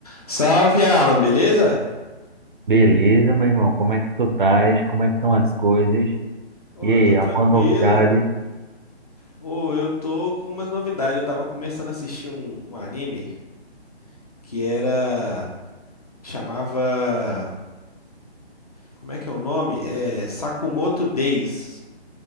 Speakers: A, on the left; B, on the right.
A: Salve, Alan, beleza?
B: Beleza, meu irmão, como é que tu estás? Como é que estão as coisas?
A: Ô,
B: E aí,
A: eu tô tranquilo.
B: alguma novidade?
A: Ô, eu tô com umas novidades. Eu tava começando a assistir um, um anime que era. Chamava. Como é que é o nome? É Sakamoto Days.